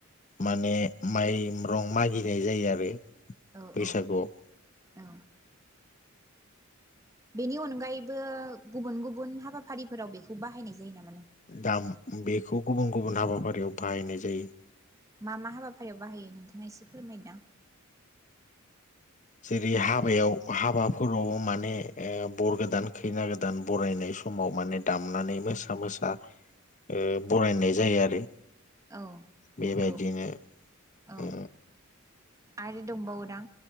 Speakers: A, on the left; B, on the right.
A: माने माइ म्रं मागिनाय जायो आरो।
B: औ
A: बैसागुआव
B: औ औ बेनि अनगायैबो गुबुन गुबुन हाबाफारिफोराव बेखौ बाहायनाय जायो नाम
A: दाम बेखौ गुबुन गुबुन हाबा फारिआव बाहायनाय जायो।
B: मा मा हाबाफारियाव बाहायो नोंथाङा एसे फोरमायदां
A: जेरै हाबायाव हाबाफोरावबो माने ओ बर गोदान खैना गोदान बरायनाय समाव माने दामनानै मोसा मोसा ओ बरायनाय जायो आरो।
B: औ
A: बेबायदिनो
B: नोंगौ औ
A: ओ
B: आरो दंबावोदां